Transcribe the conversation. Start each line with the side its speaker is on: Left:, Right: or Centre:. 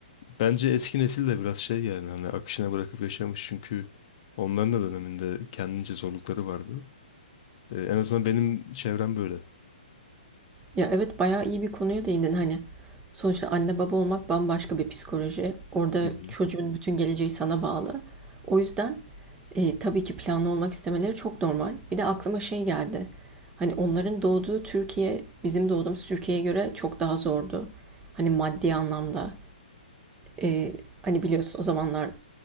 Left: bence eski nesil de biraz şey yani hani akışına bırakıp yaşamış çünkü onların da döneminde kendince zorlukları vardı. Ee, en azından benim çevrem böyle.
Right: Ya evet bayağı iyi bir konuya değindin hani. Sonuçta anne baba olmak bambaşka bir psikoloji. Orada
Left: Hı hı.
Right: çocuğun bütün geleceği sana bağlı. O yüzden e, tabii ki planlı olmak istemeleri çok normal. Bir de aklıma şey geldi. Hani onların doğduğu Türkiye bizim doğduğumuz Türkiye'ye göre çok daha zordu. Hani maddi anlamda. E, hani biliyorsun o zamanlar